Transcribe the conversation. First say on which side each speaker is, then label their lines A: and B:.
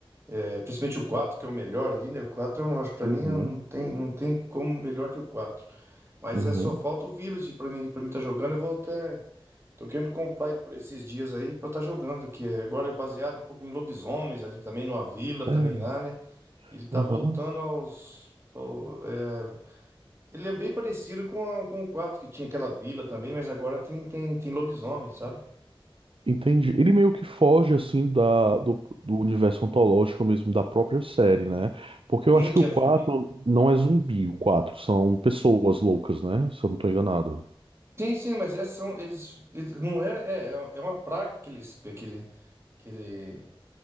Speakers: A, on the right; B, on the right.
A: é, principalmente o 4 que é o melhor ali, né? O 4. eu acho, pra
B: Uhum.
A: mim, não tem, não tem como melhor que o 4. Mas
B: Uhum.
A: é só falta o Village pra mim, pra mim tá jogando. Eu vou até. Tô querendo comprar ele por esses dias aí pra tá jogando, que é- agora é baseado um pouco em lobisomens ali também, numa vila também
B: É,
A: lá, né? Ele tá
B: aham.
A: voltando aos. ao- é, Ele é bem parecido com, a- com o 4 que tinha aquela vila também, mas agora tem, tem, tem lobisomens, sabe?
B: Entendi. Ele meio que foge assim da, do, do universo ontológico mesmo da própria série, né? Porque
A: Tem
B: eu acho
A: que
B: que o
A: é
B: 4
A: zumbi
B: não é zumbi, o 4 são pessoas loucas, né? Se eu não tô enganado.
A: Sim, sim, mas é, são, eles, eles- não é, é, é é uma praga que eles, pe- que ele, que ele,